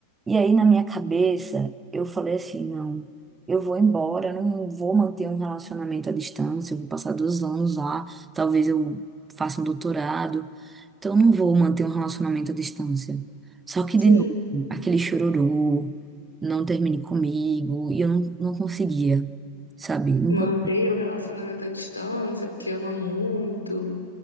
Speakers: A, on the right (about 15°); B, on the left (about 85°).
A: E aí, na minha cabeça, eu falei assim: não, eu vou embora, eu não vou manter um relacionamento à distância, eu vou passar dois anos lá, talvez eu faça um doutorado, então eu não vou manter um relacionamento à distância. Só que, de
B: Sim,
A: novo, aquele chororô, não termine comigo, e eu não, não conseguia, sabe? Não
B: manter
A: con-
B: o relacionamento à distância, porque ama muito,